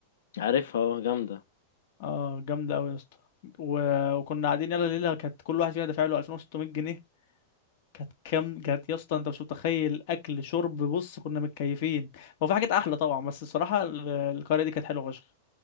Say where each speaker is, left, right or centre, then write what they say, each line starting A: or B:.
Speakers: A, on the left; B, on the left.
A: عارفها اه جامدة
B: اه جامدة قوي يا اسطى و... وكنا قاعدين يلا ليلة كانت كل واحد فينا دافع له 2600 جنيه كانت كام كانت يا اسطى انت مش متخيل اكل شرب بص كنا متكيفين هو في حاجات احلى طبعا بس الصراحه ال- القريه دي كانت حلوه فشخ